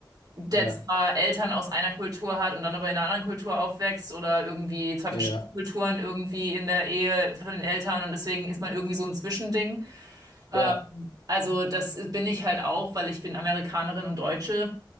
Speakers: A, on the right; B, on the left.
A: der
B: ja,
A: zwar Eltern aus einer Kultur hat und dann aber in einer anderen Kultur aufwächst oder irgendwie zwei
B: ja,
A: verschiedene Kulturen irgendwie in der Ehe von den Eltern und deswegen ist man irgendwie so ein Zwischending.
B: ja,
A: Ähm, also das bin ich halt auch, weil ich bin Amerikanerin und Deutsche,